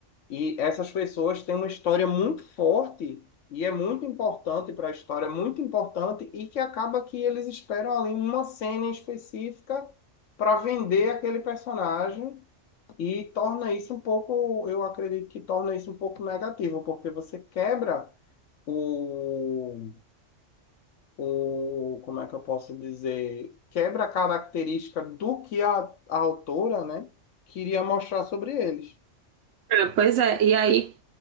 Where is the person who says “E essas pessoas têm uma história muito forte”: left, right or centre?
Left